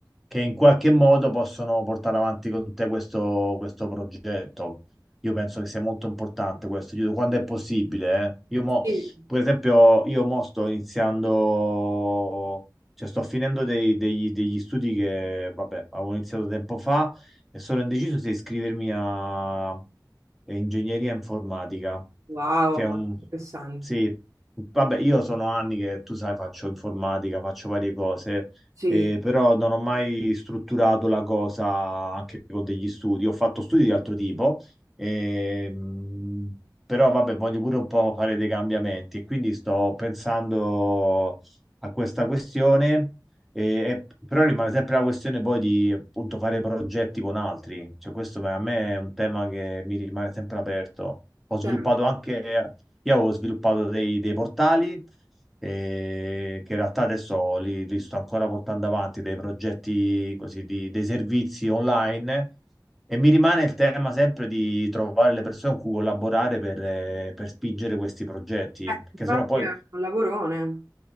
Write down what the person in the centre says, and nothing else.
che in qualche modo possono portare avanti con te questo, questo progetto. Io penso che sia molto importante questo, io- quando è possibile. eh. Io mo,
per esempio, io mo sto iniziando. Cioè, sto finendo dei- degli, degli studi che, vabbè, avevo iniziato tempo fa e sono indeciso se iscrivermi a, a ingegneria informatica,
che
è un...
Sì, vabbè, io sono anni che, tu sai, faccio informatica, faccio varie cose,
eh, però non ho mai strutturato la cosa anche con degli studi. Ho fatto studi di altro tipo, ehm, però, vabbè, voglio pure un po' fare dei cambiamenti e quindi sto pensando a questa questione, e- e- però rimane sempre la questione poi di appunto fare progetti con altri, cioè questo per- a me è un tema che mi rimane sempre aperto. Ho sviluppato
anche, io avevo sviluppato dei, dei portali eh, che in realtà adesso li, li sto ancora portando avanti, dei progetti così, di- dei servizi online. E mi rimane il tema sempre di trovare le persone con cui collaborare per, eh, per spingere questi progetti,
perché
sennò poi